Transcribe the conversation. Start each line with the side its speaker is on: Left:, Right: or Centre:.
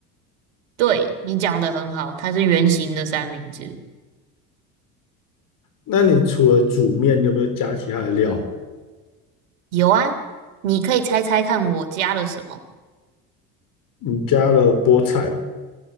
Right: 对，你讲的很好，它是圆形的三明治。
Left: 那你除了煮面，你有没有加其他的料？
Right: 有啊，你可以猜猜看我加了什么？
Left: 你加了菠菜，